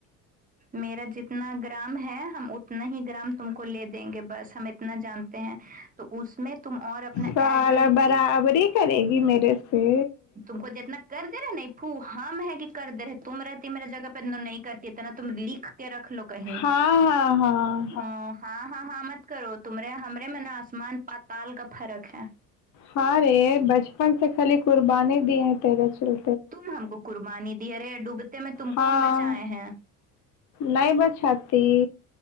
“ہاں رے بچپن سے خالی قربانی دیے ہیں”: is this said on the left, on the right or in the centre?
Left